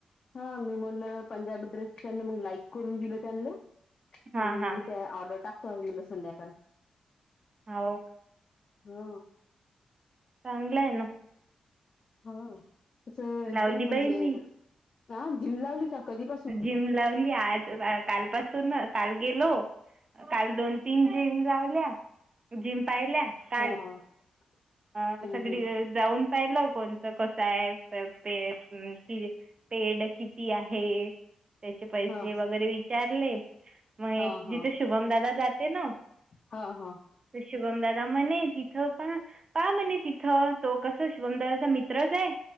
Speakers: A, on the left; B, on the right.
A: हा मी म्हणलं पंजाबी ड्रेस त्यांना मग लाईक करून दिल त्यांना
B: हा
A: मग
B: हा.
A: त्या ऑर्डर टाकतो आ म संध्याकाळी.
B: हा ओ.
A: हा.
B: चांगलं आहे ना.
A: हा तस एकदम
B: लावली
A: म्हणजे
B: बाई मी
A: ह जिम लावली का. कधीपासून
B: जिम लावली आज कालपासून काल गेलो. काल दोन तीन जिम लावल्या जिम पाहिल्या काल
A: हा <inaudible>
B: अ सगळी
A: हम्म
B: जाऊन पाहिलं कोणतं कसं आहे कि पेड किती आहे? त्याचे पैसे
A: हा
B: वगैरे विचारले मग
A: हा हा
B: जिथे शुभमदादा जाते ना.
A: हा हा.
B: तर शुभमदादा म्हणे तिथ पा पा म्हणे तिथं तो कस शुभमदादाचा मित्रच आहे.